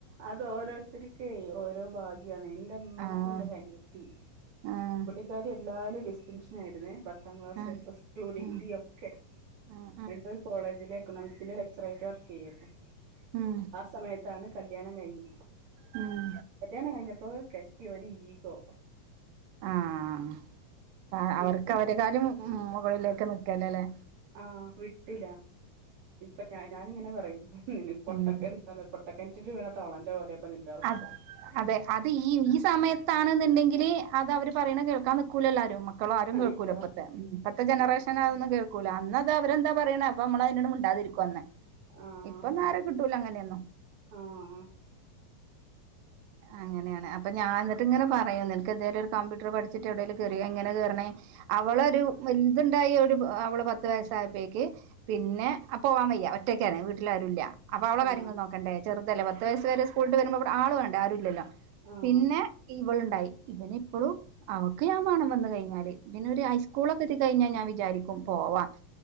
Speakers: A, on the right (about 65°); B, on the right (about 80°).
A: അത് ഓരോരുത്തർക്ക് ഓരോ ഭാഗ്യ ഗ്യാണ്. ഇന്റെ ഇമാക്ക്ണ്ട്
B: ആഹ്
A: ഒര് അനയത്തി
B: ആഹ്
A: പുള്ളിക്കാരി എല്ലാല്ലും ഡിസ്റ്റിങ്ഷൻ ആയിരുന്നേ പത്താം ക്ലാസ്സ്‌
B: ആഹ്
A: ഫസ് ടു ഡിഗ്രി
B: ഉം
A: ഒക്കെ
B: ഉം
A: എന്നിട്ട് ഒരു കോളേജില് എക്കണോമിക്സിന്റെ ലെക്ചറായിട്ട് വർക്ക് ചെയ്യായിരുന്നു.
B: ഉം
A: ആ സമയത്താണ് കല്ല്യാണം കഴിഞ്ഞ്.
B: ഉം.
A: കല്ല്യാണം കഴിഞ്ഞപ്പോ കെട്ടിയോന് ഈഗോ.
B: ആഹ് അവർക്ക്
A: വിട്ടില്ല
B: അവരെ കാരും ഉം മുകളിലേക്ക് നിക്കല്ലേ അല്ലേ.
A: ആഹ് വിട്ടില്ല ഇപ്പ ഞ ഞാനിങ്ങനെ പറയും പൊട്ടക്കെ
B: ഉം
A: ആത് പൊട്ടക്കനറ്റിൽ വീണ തവളന്റെ പോലെ. ഇപ്പൊ നിന്റെ അവസ്ഥ
B: അത് അതെ അത് ഈ ഈ സമയത്താണെന്നുണ്ടെങ്കില് അത് അവര് പറയ്ണ് കേൾക്കാൻ നിക്കൂലല്ലോ ആരും. മക്കളും ആരും
A: ആഹ്
B: കേൾകൂല്ല
A: ഇല്ല
B: ഇപ്പത്തെ ഇപ്പത്തെ ജനറേഷന്
A: ആഹ്
B: അതൊന്ന് കേ ക്കൂല അന്ന് അത് അവരെന്താ പറയ്ണ് അപ്പ നമ്മൾ അതിനാട് മിണ്ടാതിരിക്കും അന്ന്.
A: ആഹ്
B: ഇപ്പൊന്നരെ കിട്ടൂല അങ്ങനെയൊന്നും.
A: ആഹ്
B: അങ്ങനെയാണ് അപ്പൊ ഞാൻ. ഇങ്ങെനെ പറയും നിനക്ക് എന്തേലും ഒരു കമ്പ്യട്ടർ പഠിച്ചിട്ട് എവിടേലും കെറി എങ്ങനെ കേർണ്. അവളൊരു വാല്ത്ണ്ടായി ഒരു അവള് പത്ത് വയസ്സായപ്പോക്ക്. പിന്നെ അപ്പൊ പോവാൻ വയ്യ ഒറ്റക്കാണ് വീട്ടിൽ ആരുല്ല. അപ്പ അവള കാര്യങ്ങൾ
A: ആഹ്
B: നോക്കണ്ടേ ചെറുതല്ലേ പത്ത് വയസ് വരെ സ്കൂളിട്ടു വരുമ്പോ അവിടെ ആള് വേ വിടെരൂല്ലല്ലോ
A: ആഹ്
B: പിന്നെ ഇവളുണ്ടായി പിന്നെ ഇപ്പോളും അവക്ക് ഞാൻ വേണം വന്നു കഴിഞ്ഞാല് പിന്നെ ഒരു ഹൈസ്കൂളൊക്കെ എത്തിക്കഴിഞ്ഞാൽ ഞാൻ വിചാരിക്കും പോവാം